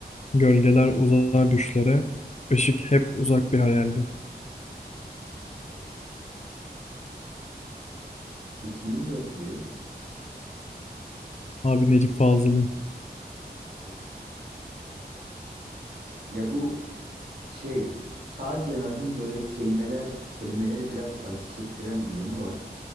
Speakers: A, on the left (about 45°); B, on the right (about 65°).
A: Gölgeler uzar düşlere, ışık hep uzak bir hayaldi.
B: Bu bu kimin dörtlüğü?
A: Abi Necip Fazıl'ın.
B: Of. Ya bu şey sağ cenahın böyle kelimeler kelimeleri biraz acı çektiren bir yanı var.